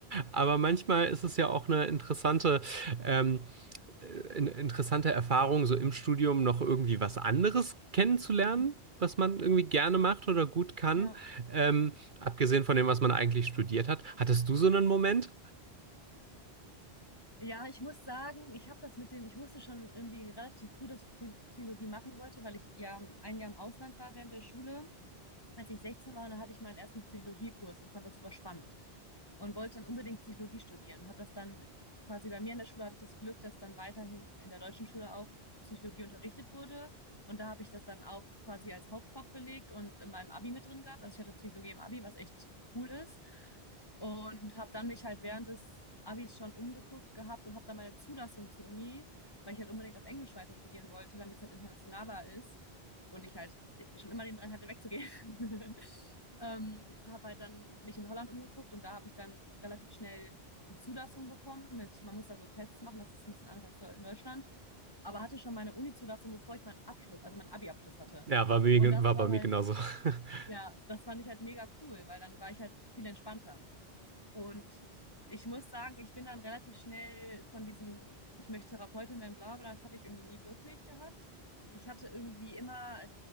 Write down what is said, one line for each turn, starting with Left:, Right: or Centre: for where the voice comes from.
Right: aber manchmal ist es ja auch eine interessante ähm, äh, in- interessante Erfahrung, so im Studium noch irgendwie was anderes kennenzulernen,
Left: Mhm.
Right: was man irgendwie gerne macht oder gut kann,
Left: Ja.
Right: ähm, abgesehen von dem, was man eigentlich studiert hat? Hattest du so einen Moment?
Left: Ja, ich muss sagen, ich habe das mit dem, ich wusste schon irgendwie relativ früh, dass ich Psy- Psychologie machen wollte, weil ich ja ein Jahr im Ausland war während der Schule. als ich 16 war, da hatte ich meinen ersten Psychologiekurs und fand das super spannend und wollte dann unbedingt Psychologie studieren. Und habe das dann quasi bei mir in der Schule hatte ich das Glück, dass dann weiterhin in der deutschen Schule auch Psychologie unterrichtet wurde. Und da habe ich das dann auch quasi als Hauptfach belegt und in meinem Abi mit drin gehabt. Also ich hatte Psychologie im Abi, was echt cool ist. Und habe dann mich halt während des Abis schon umgeguckt gehabt und habe dann meine Zulassung zur Uni, weil ich halt unbedingt auf Englisch weiter studieren wollte, damit es halt internationaler ist und ich halt schon immer den Drang hatte, wegzugehen. <laughs> Ähm, habe halt dann mich in Holland umgeguckt und da habe ich dann relativ schnell die Zulassung bekommen mit, man muss da so Tests machen, das ist ein bisschen anders als in Deutschland, aber hatte schon meine Uni-Zulassung, bevor ich meinen Abschluss, also meinen Abi-Abschluss hatte.
Right: Ja, war, mir,
Left: Und das
Right: war
Left: war
Right: bei
Left: halt,
Right: mir genauso. <laughs>
Left: ja, das fand ich halt mega cool, weil dann war ich halt viel entspannter. Und ich muss sagen, ich bin dann relativ schnell von diesem, ich möchte Therapeutin werden, bla bla, das hatte ich irgendwie nie wirklich gehabt. Ich hatte irgendwie immer